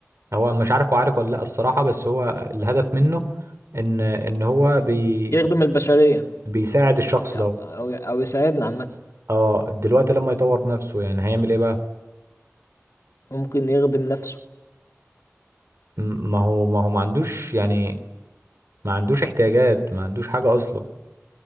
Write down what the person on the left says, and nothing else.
يخدم البشرية
يعني
أو أو يساعدنا عامة
ممكن يخدم نفسه